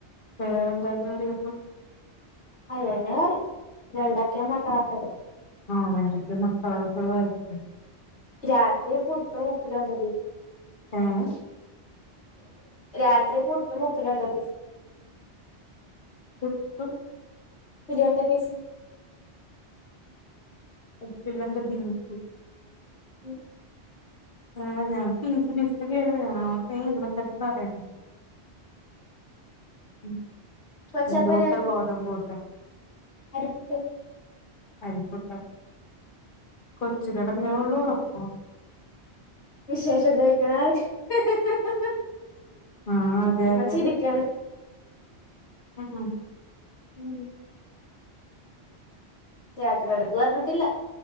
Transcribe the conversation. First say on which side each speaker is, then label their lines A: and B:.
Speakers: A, on the left (about 50°); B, on the left (about 80°).
A: ഏ എന്താന്ന <unintelligible>
B: അയന വെണ്ടക്ക്യേം മൊട്ട വർത്തത്
A: <unintelligible>
B: രാത്രി പുട്ടും ഉപ്പില് വെന്ത ബീഫ്
A: ആഹ്
B: രാത്രി പുട്ട് ഉപ്പില് വെന്ത ബീഫ്
A: ഉപ്പ്
B: ഇല് വെന്ത ബീഫ്
A: ഉപ്പിൽ വെന്ത ബീഫ്
B: <inaudible>
A: ആ ഞാൻ <unintelligible> ഉ
B: കൊച്ചപ്പനാക്കും
A: എന്ത് പുട്ട ഗോതമ്പ് പുട്ടൊ
B: അരിപ്പുട്ട്
A: അരിപ്പുട്ട കൊച്ച് കടന്നെ ഒള്ളൂ ഒറക്ക
B: <unintelligible>
A: ആഹ് അതെ
B: അമ്മ
A: അതെ
B: ചിരിക്കണ്
A: ഉം
B: ഉം യാത്ര അടുത്ത് പറഞ്ഞിട്ടില്ല